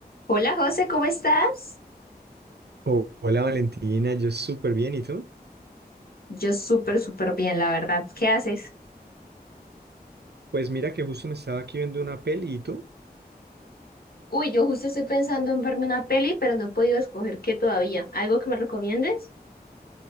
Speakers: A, on the left (about 65°); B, on the right (about 80°).
A: Hola José, ¿cómo estás?
B: Oh, hola Valentina, yo súper bien, ¿y tú?
A: Yo súper, súper bien, la verdad. ¿Qué haces?
B: Pues mira que justo me estaba aquí viendo una peli, ¿y tú?
A: Uy, yo justo estoy pensando en verme una peli, pero no he podido escoger qué todavía. ¿Algo que me recomiendes?